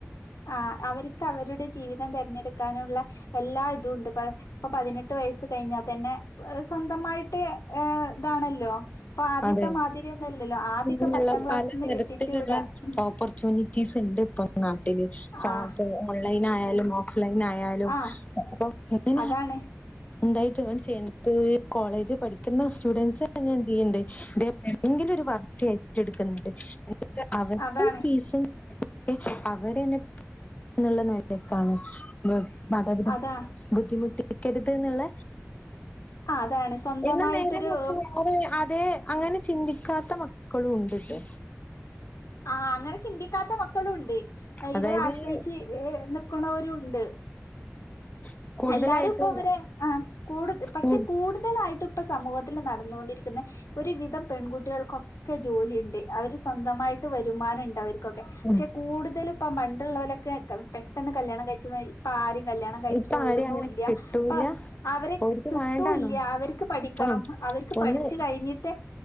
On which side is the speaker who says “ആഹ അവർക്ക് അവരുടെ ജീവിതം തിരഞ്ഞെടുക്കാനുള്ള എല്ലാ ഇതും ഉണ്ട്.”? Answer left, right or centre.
Left